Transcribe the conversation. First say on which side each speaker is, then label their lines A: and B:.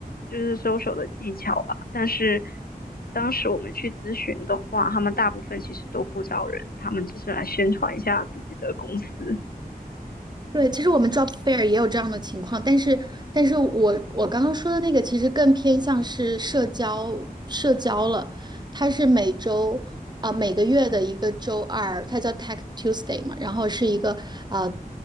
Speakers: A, on the left; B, on the right.
A: 就是收手的技巧吧。但是当时我们去咨询的话，他们大部分其实都不招人，他们只是来宣传一下自己的公司。
B: 对，其实我们 job fair 也有这样的情况，但是，但是我我刚刚说的那个其实更偏向是社交社交了，它是每周啊、每个月的一个周二，它叫 Tech Tuesday 嘛，然后是一个呃